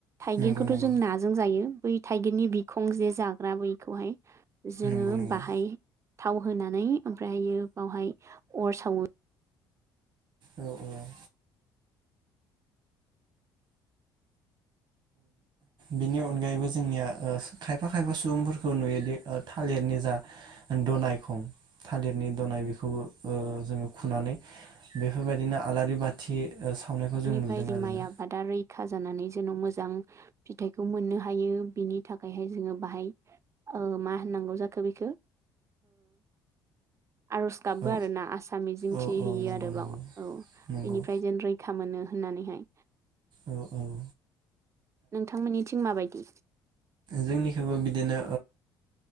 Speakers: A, on the right; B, on the right.
A: थाइगिरखौथ'
B: नंगौ नंगौ
A: जों नाजों जायो बै थाइगिरनि बिखं जे जाग्रा बैखौहाय जोङो
B: नंगौ नंगौ
A: बाहाय थाव होनानै ओमफ्रायहायो बावहाय अर सावो।
B: औ औ बिनि अनगायैबो जोंनिया खायफा खायफा सुबुंफोरखौ नुयोदि थालिरनि जा दनाय खं थालिरनि दनाय बेखौबो जोङो खुनानै बेफोरबायदिनो आलारि बाथि ओ सावनायखौ जों
A: बिफोरनिफ्राय
B: नुदों
A: जि
B: आरोना
A: माइ आबादा रैखा जानानै जेन' मोजां फिथाइखौ मोननो हायो बिनि थाखाय जोङो बाहाय मा होननांगौ जाखो बेखौ आरज गाबो
B: औ
A: आरो ना आसा मिजिं
B: औ
A: थि
B: औ
A: हैयो
B: नंगौ
A: आरो
B: नंगौ
A: बाव औ
B: नंगौ
A: बेनिफ्राय जेन रै खा मोनो होननानैहाय।
B: औ औ
A: नोंथांमोननिथिं माबायदि?
B: जोंनिखैबो बिदिनो